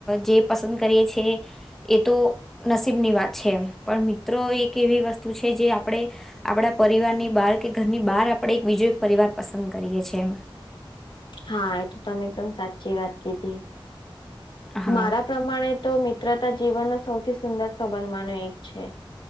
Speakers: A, in the centre; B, on the left.
A: જે પસંદ કરીએ છીએ એ તો નસીબની વાત છે, પણ મિત્રો એક એવી વસ્તુ છે જે આપડે. આપડા પરિવારની બહાર કે ઘરની બહાર આપડે એક બીજો એક પરિવાર પસંદ કરીએ છીએ એમ.
B: હા, એ તો તમે એકદમ સાચી વાત કીધી.
A: હા
B: મારા પ્રમાણે તો મિત્રતા જીવનનો સૌથી સુંદર સંબંધમાનો એક છે.